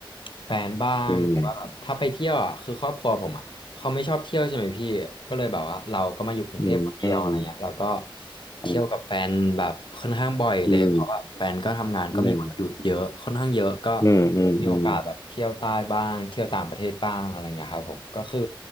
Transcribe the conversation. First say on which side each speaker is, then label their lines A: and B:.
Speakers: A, on the left; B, on the left.
A: แฟนบ้างหรือว่าแบบถ้าไปเที่ยวอ่ะคือครอบครัวผมอ่ะ
B: อืม
A: เขาไม่ชอบเที่ยวใช่ไหมพี่ ก็เลยแบบว่าเราก็มาอยู่กรุงเทพคนเดียวอะไรเงี้ยเราก็
B: อืมอืม
A: เที่ยวกับแฟนแบบค่อนข้างบ่อยเลย
B: อืมอื
A: เพราะว่าแฟนก็ทำงานก็มีวันหยุดเยอะค่อนข้างเยอะก็
B: มอืมอืมอืม
A: มีโอกาสแบบเที่ยวใต้บ้างเที่ยวต่างประเทศบ้างอะไรเงี้ยครับผมก็คือ